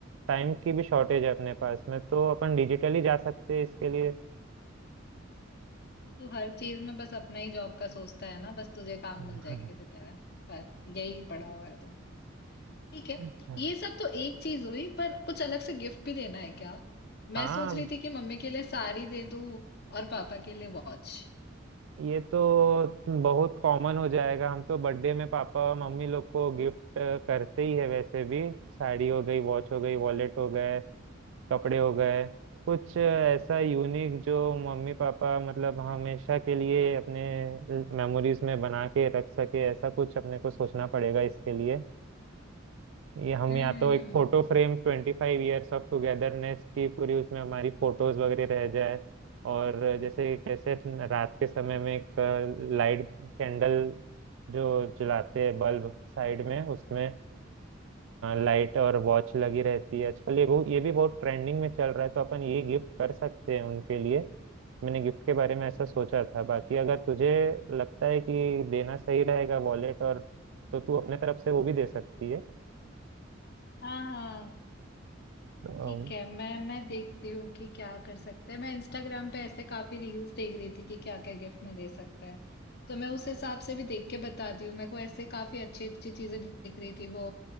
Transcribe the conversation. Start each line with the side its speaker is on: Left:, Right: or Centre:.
Right: टाइम की भी शॉर्टेज है अपने पास में तो अपन डिजिटली जा सकते हैं इसके लिए
Left: तू हर चीज में बस अपना ही जॉब का सोचता है ना बस तुझे काम
Right: <laughs>
Left: मिल जाए किसी तरह बस यही पड़ा हुआ है तुमको ठीक है
Right: अच्छा,
Left: ये सब तो एक चीज हुई पर कुछ अलग से गिफ्ट भी देना है क्या
Right: हाँ
Left: मैं सोच रही थी कि मम्मी के लिए साड़ी दे दूँ और पापा के लिए वॉच
Right: ये तो बहुत कॉमन हो जाएगा हम तो बर्थडे में पापा और मम्मी लोग को गिफ्ट करते ही है वैसे भी साड़ी हो गई वॉच हो गई वॉलेट हो गए कपड़े हो गए कुछ ऐसा यूनिक जो मम्मी पापा मतलब हमेशा के लिए अपने मेमोरीज में बना के रख सके ऐसा कुछ अपने को सोचना पड़ेगा इसके लिए ये हम
Left: हम्म
Right: या तो एक photo frame ट्वेंटी फाइव years of togetherness की पूरी उसमें हमारी फोटोज वगैरह रह जाए और जैसे कैसे रात के समय में एक लाइट कैंडल जो जलाते हैं बल्ब साइड में उसमें लाइट और वॉच लगी रहती है आजकल ये बहु- ये भी बहुत ट्रेंडिंग में चल रहा है तो अपन ये गिफ्ट कर सकते हैं उनके लिए मैंने गिफ्ट के बारे में ऐसा सोचा था बाकी अगर तुझे लगता है कि देना सही रहेगा वॉलेट और तो तू अपने तरफ से वो भी दे सकती है
Left: हाँ हाँ
Right: तो,
Left: ठीक है मैं मैं देखती हूँ कि क्या कर सकते हैं मैं इंस्टाग्राम पे ऐसे काफी रील्स देख रही थी कि क्या क्या गिफ्ट में दे सकते हैं तो मैं उस हिसाब से भी देख के बताती हूँ मेरे को ऐसे काफी अच्छी अच्छी चीजें दिख रही थी वो